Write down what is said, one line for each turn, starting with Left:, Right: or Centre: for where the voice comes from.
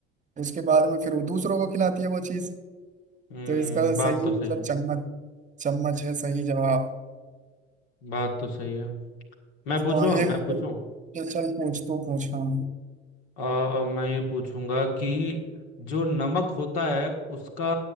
Right: उसके बाद में फिर वो दूसरों को खिलाती है वो चीज
Left: हम्म
Right: तो इसका
Left: बात
Right: सही
Left: तो सही
Right: मतलब
Left: है
Right: चम्मच चम्मच है सही जवाब
Left: बात तो सही है मैं
Right: हाँ
Left: पूछूं अब
Right: एक
Left: मैं पूछूं
Right: तो ये चल पूछ तू पूछ हाँ
Left: अ मैं ये पूछूंगा कि जो नमक होता है उसका